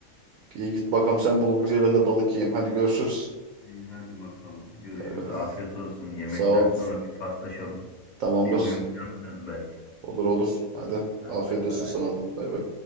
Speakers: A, on the right (about 75°); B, on the left (about 40°).
A: İyi git bakam sen bulgur ye ben de balık yiyeyim. Hadi görüşürüz.
B: İyi, hadi bakalım. Görüşürüz.
A: Bay bay.
B: Afiyet olsun. Yemekten
A: Sağ ol.
B: sonra bir paslaşalım.
A: Tamamdır.
B: Bir oyun falan oynarız belki.
A: Olur olur. Hadi.
B: Hadi
A: Afiyet
B: bay
A: olsun
B: bay.
A: sana da. Bay bay.